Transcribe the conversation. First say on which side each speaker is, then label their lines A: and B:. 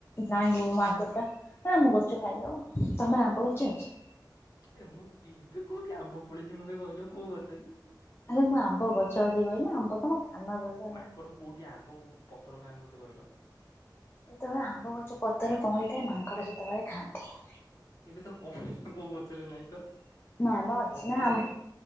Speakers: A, on the left; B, on the left.
A: ନାଇଁ ମ ମାଙ୍କଡ଼ଟା ଆମ ଗଚ଼ ଖାଇଦବ। ତମର ଆମ୍ବ ଗଚ଼ ଅଚ଼ି?
B: ଏ ମୁଁ ଏବେ କୋଉଟି ଆମ୍ବ ଫଳିଛି ମତେ କହିଲ କୋଉ ଗଛ ରେ?
A: ଆରେ ମୁଁ ଆମ୍ବ ଗଛ ଅଛି କହିନି ଆମ୍ବ ତମ କାନ ଦୋଷ ଆଉ।
B: ମାଙ୍କଡ କୋଉଟି ଆମ୍ବକୁ ପତର ଖାଆନ୍ତି ମତେ କହିଲ?
A: ଯେତେବେଳେ ଆମ୍ବ ଗଛ ପତର କଅଁଳିଥାଏ ମାଙ୍କଡ ସେତେବେଳେ ଖାଆନ୍ତି।
B: ଏବେ ତ କ <unintelligible> କୋଉ ଗଛରେ ନାଇଁ ତ।
A: ନାଇଁ ବା ଅଛି
B: ପତ୍ର
A: ଆମ୍
B: ଝଡା